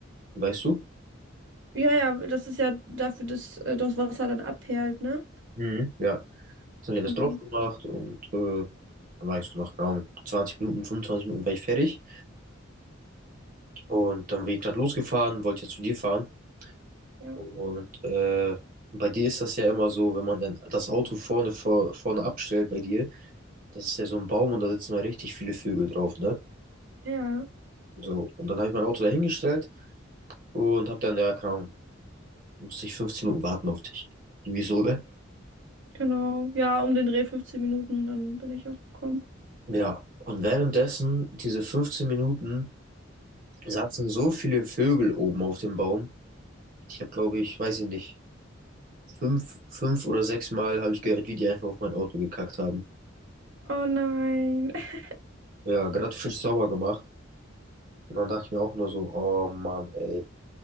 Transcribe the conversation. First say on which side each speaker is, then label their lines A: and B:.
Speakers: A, on the right; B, on the right.
A: Weißt du?
B: Ja, ja, das ist ja dafür, dass äh, das Wasser dann abperlt, ne?
A: Mhm. Ja, das habe ich alles
B: Genau.
A: drauf gemacht und äh, dann war ich so nach genau 20 Minuten, 25 Minuten war ich fertig und dann bin ich gerade losgefahren, wollte ja zu dir fahren
B: Ja.
A: und äh, bei dir ist das ja immer so, wenn man dann das Auto vorne, vor, vorne abstellt bei dir, das ist ja so ein Baum und da sitzen ja richtig viele Vögel drauf, ne?
B: Ja,
A: So, und dann habe ich mein Auto dahingestellt und habe dann, ja, keine Ahnung, musste ich 15 Minuten warten auf dich. Irgendwie so, ne?
B: genau. Ja, um den Dreh 15 Minuten, dann bin ich auch gekommen.
A: Ja. Und währenddessen, diese 15 Minuten, saßen so viele Vögel oben auf dem Baum. Ich habe, glaube ich, weiß ich nicht, fünf, fünf oder sechs Mal habe ich gehört, wie die einfach auf mein Auto gekackt haben.
B: Oh nein. <laughs>
A: Ja, gerade frisch sauber gemacht. Und dann dachte ich mir auch nur so, oh Mann, ey.